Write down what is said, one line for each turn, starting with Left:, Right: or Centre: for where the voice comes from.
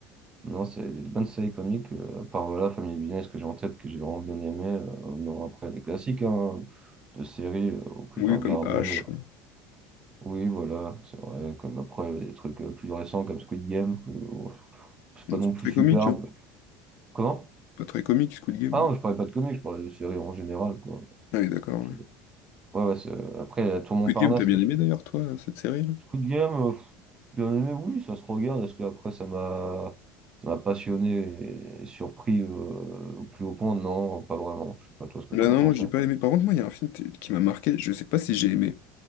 Right: Non, c'est des bonnes séries comiques, euh, à part voilà, Family Business que j'ai en tête, que j'ai vraiment bien aimé. euh, non, après, des classiques hein, de séries euh, que
Left: Oui,
Right: j'ai regardé.
Left: comme H.
Right: euh, oui, voilà, c'est vrai. Comme après, des trucs euh, plus récents comme Squid Game, que, ouf, c'est
Left: Bon,
Right: pas non
Left: c'est pas
Right: plus
Left: très
Right: superbe.
Left: comique, hein.
Right: Comment?
Left: Pas très comique, Squid Game.
Right: Ah
Left: Mais...
Right: non, je parlais pas de comics, je parlais de séries en général, quoi.
Left: Ah oui, d'accord.
Right: qui-
Left: ouais.
Right: Ouais, ouais, c'est- après, il y a Tour Montparnasse,
Left: Squid Game, t'as bien
Right: là, je
Left: aimé d'ailleurs, toi, cette série, là?
Right: Coup de gamme, euh, pff, bien aimé, oui, ça se regarde, parce qu'après, ça m'a ça m'a passionné et surpris euh, au plus haut point. Non, pas vraiment. Je sais pas toi ce que
Left: Là,
Right: t'en
Left: non,
Right: as pensé.
Left: moi, j'ai pas aimé. Par contre, moi, il y a un film t- qui m'a marqué. Je sais pas si j'ai aimé.